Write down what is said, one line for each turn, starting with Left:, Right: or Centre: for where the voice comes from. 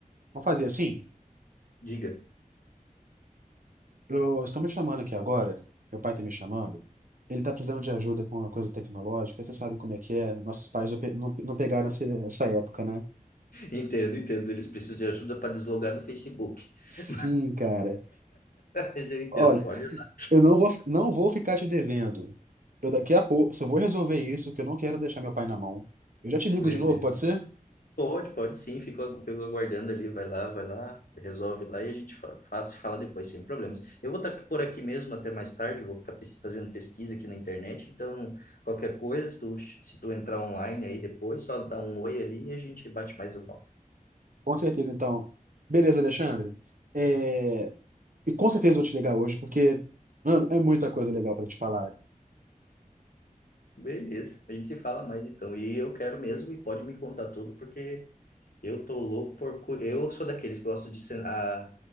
Right: Vamos fazer assim?
Left: diga.
Right: Eu estou me chamando aqui agora, meu pai está me chamando. Ele está precisando de ajuda com uma coisa tecnológica, você sabe como é que é. Nossos pais já pe- não, não pegaram essa, essa época, né?
Left: Entendo, entendo. Eles precisam de ajuda para deslogar do Facebook.
Right: Sim,
Left: <laughs>
Right: cara.
Left: Mas eu entendo.
Right: Olha,
Left: Pode ir lá.
Right: eu não vou, não vou ficar te devendo. Eu daqui a pouco só vou resolver isso, que eu não quero deixar meu pai na mão. Eu já te ligo
Left: Beleza.
Right: de novo, pode ser?
Left: Pode, pode sim. Fico, agu- fico aguardando ali. Vai lá, vai lá. Resolve lá e a gente fa fa- se fala depois, sem problemas. Eu vou estar por aqui mesmo até mais tarde. Vou ficar pes- fazendo pesquisa aqui na internet. Então, qualquer coisa, se tu, se tu entrar online aí depois, só dá um oi ali e a gente bate mais um papo.
Right: Com certeza, então. Beleza, Alexandre. É, E com certeza eu vou te ligar hoje, porque, mano, é muita coisa legal para te falar.
Left: Beleza. A gente se fala mais então. E eu quero mesmo e pode me contar tudo, porque. Eu tô louco por. cu- Eu sou daqueles que gostam de. cen- A,